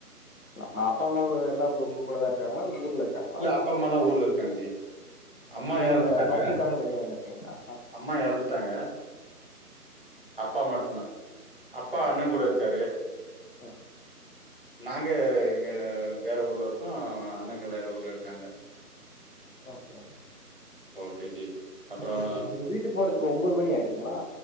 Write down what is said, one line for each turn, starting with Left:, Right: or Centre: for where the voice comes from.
Left: நா அப்பாம்மா கூட எல்லா உ உங்க கூட தா இருக்காங்களா ஊர்ல இருக்காங்களா
Right: இல்ல அப்பா, அம்மாலாம் ஊர்ல இருக்காங்க ஜி. அம்மா
Left: நீங்க
Right: எறந்துட்டாங்க.
Left: வ ஒர்க்குக்காக வெளிய வந்துருக்கீங்ளா
Right: அம்மா எறந்துட்டாங்க அப்பா மட்டுந்தா அப்பா
Left: சரி
Right: அண்ணங்கூட இருக்காரு
Left: ஆ
Right: நாங்க இங்க வேற ஊர்ல இருக்கோ அண்ணங்க வேற ஊர்ல இருக்காங்க
Left: ஓகே
Right: ஓகே ஜி அப்புறம்
Left: இப்போ வி வீட்டுக் போறதுக்கு ஒம்போது மணி ஆயிடுங்களா